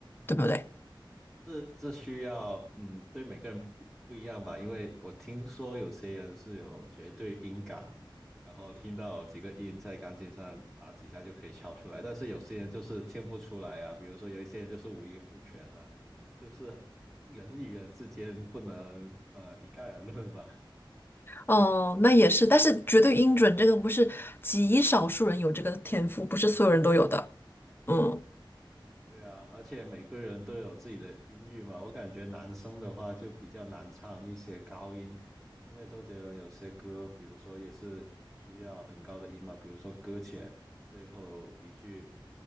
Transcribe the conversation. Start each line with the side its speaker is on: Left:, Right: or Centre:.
Left: 对不对？
Centre: 这这需要，嗯，对每个人不不一样吧，因为我听说有些人是有绝对音感，然后听到几个音在钢琴上打几下就可以敲出来，但是有些人就是听不出来啊，比如说有一些人就是五音不全啊，就是人与人之间不能呃一概而论吧。
Left: 哦，那也是，但是绝对音准这个不是极少数人有这个天赋，不是所有人都有的，嗯。
Centre: 对啊，而且每个人都有自己的音域嘛。我感觉男生的话就比较难唱一些高音，因为周杰伦有些歌，比如说也是需要很高的音嘛，比如说《搁浅》最后一句